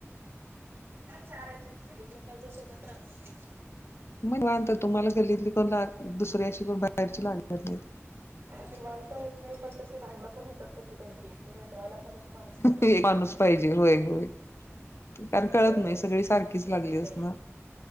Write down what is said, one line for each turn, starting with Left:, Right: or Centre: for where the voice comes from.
Right: चारच म्हणत एकमेकांच्या सोबत राहतात ते.
Left: मग लाहान तं <unintelligible> तुम्हाला गल्लीतली कोण लाग दुसऱ्या अशी कोण बाहेरची लागणार नाहीत
Right: निवांत होत नाही पण तशी भांडणं पण होतात तशी त्यांची ती मिटवायला पण माणूस लागतय.
Left: ते माणूस पाहिजे होय-होय. कारण कळत
Right: होय
Left: नाही सगळी सारखीच लागली
Right: लक्ष
Left: असनार.
Right: द्यायला.